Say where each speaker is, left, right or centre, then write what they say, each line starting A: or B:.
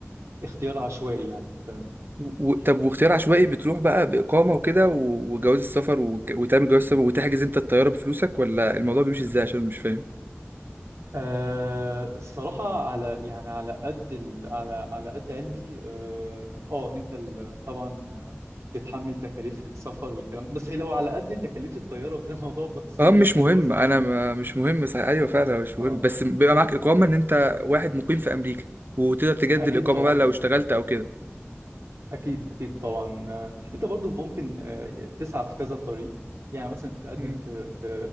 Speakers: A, on the right; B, on the right.
A: اختيار عشوائي يعني فاهم
B: و... طب واختيار عشوائي بتروح بقى بإقامة وكده و... وجواز السفر و... وتعمل جواز السفر وتحجز انت الطيارة بفلوسك ولا الموضوع بيمشي ازاي عشان مش فاهم
A: أه الصراحة على يعني على قد ال... على على قد علمي اه آه، انت ال... طبعا آه، بتتحمل تكاليف السفر والكلام بس لو على قد تكاليف الطيارة وكده <laughs> الموضوع بسيط
B: اه مش
A: بس
B: مهم
A: الفرصة
B: انا
A: تيجي
B: ما مش مهم صح ايوه فعلا مش
A: اه
B: مهم بس بيبقى معاك اقامه ان انت واحد مقيم في امريكا وتقدر تجدد
A: اكيد
B: الاقامه
A: طبعا
B: بقى لو اشتغلت او كده
A: اكيد اكيد طبعا آه، انت برضو ممكن آه، تسعى في كذا طريق يعني مثلا تقدم
B: مم.
A: في في